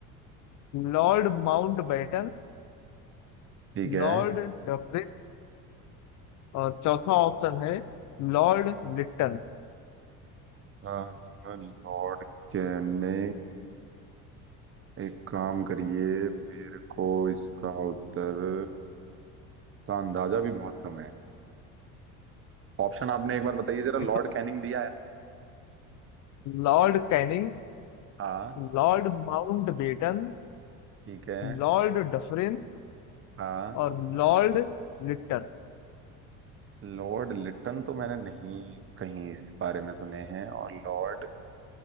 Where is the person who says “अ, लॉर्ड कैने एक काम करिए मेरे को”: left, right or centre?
Right